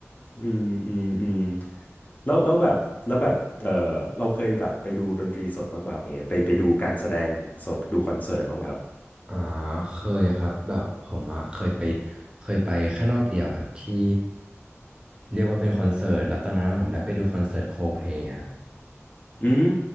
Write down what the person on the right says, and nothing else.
อ่าเคยครับแบบผมอะเคยไปเคยไปแค่รอบเดียวครับที่เรียกว่าเป็นคอนเสิร์ตแล้วตอนนั้นผมได้ไปดูคอนเสิร์ตโคเพลครับ